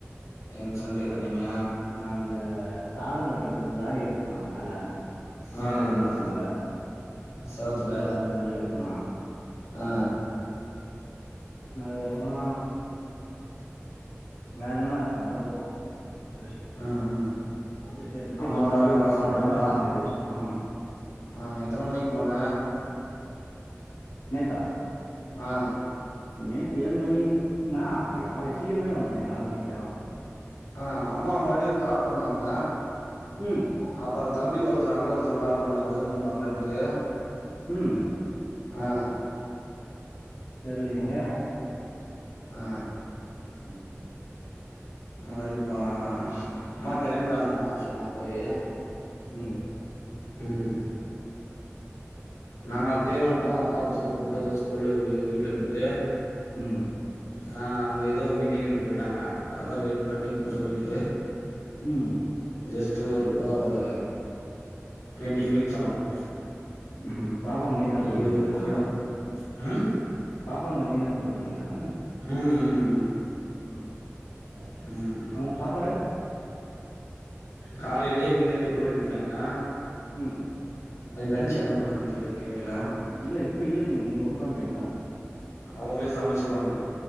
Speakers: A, on the left; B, on the left.
A: எம்சாண்ட் ஏத்துனீங்க
B: அ அந்த தாரம் கட்டுறதுக்கு காடி எடுக்க சொன்னாங்க மேல
A: ஆ
B: ஏழடி
A: ஆ
B: மரத்து மேல
A: ஆ செவத்துல
B: சரி அது கொஞ்சம் எடுத்தோனா
A: ஆ
B: அதுக்கப்பறோ வேறன்ன நல்லா தூக்கம் ரெஸ்ட்
A: ம் ம்
B: ரெஸ்ட் எடுத்துட்டு
A: அம்மா
B: இப்ப
A: நல்லா
B: மறுபடியும்
A: இருக்காங்களா
B: ஒரு ரவுண்ட்
A: சாப்ட்டாங்களா
B: எடுத்து எல்லாமே ஏத்தியாச்சு ஆமா
A: ஆ எத்தன மணிக்கு போன
B: நேத்தா
A: ஆ
B: நேத்து ஏழு மணி நா ஆ சீக்கரமாவே வண்டேனே ஆறு மணிக்கெல்லாம்
A: ஆ அம்மா மறுபடியும் கால் பண்ணாங்க
B: ம்
A: அப்பறம் தம்பி ஒருத்தர் அங்க ஒருத்தர் கால் பண்ணாரு இன்னும் வரலன்ட்டு
B: ம்
A: ஆ
B: தெர்லைங்களே
A: ஆ
B: ம்
A: அடிப்பா அம்மா கெளம்பிட்டாங்கமா நா சொன்ன அப்போயே
B: ம்
A: ம் நாங்க அப்பயே வந்துட்டோம் அக்கா பசல கூட்டுவந்து ஸ்கூல்ல இருந்து வீட்ல விட்டு
B: ம்,
A: ஆ அவுங்க ஏதோ மீட்டிங்ன்னு போய்ட்டாங்க அதெல்லாம் வெயிட் பண்ணி கூட்டி வந்து வுட்டுட்டு
B: ம்
A: ஜஸ்ட்டு ஒரு இப்பதா ஒரு டுவெண்ட்டி மினிட்ஸ் ஆகும்
B: ம் ம் பாப்பாவ நீங்க தா கூட்டுன்னு
A: இருவது
B: வந்தீங்களா
A: நிமிடம் ம்
B: பாப்பாங்கள நீங்க தா கூட்டு வந்தீங்கலா
A: ம் ம் ம்
B: ம் சேர் சேர்
A: ம்
B: அவுங்க சாப்பாடு
A: காலையிலயே இங்கிருந்து டிபன் எட்டுனு போய்ட்டாங்க
B: ம்.
A: அது லஞ்ச் என்ன பண்ணாங்க தெர்ல கேக்கல
B: இல்ல இப்ப ஈவினிங் நீங்க வுட்டு வன்ட்டீங்கல்ல
A: அவுங்களே சமச்சிருவாங்க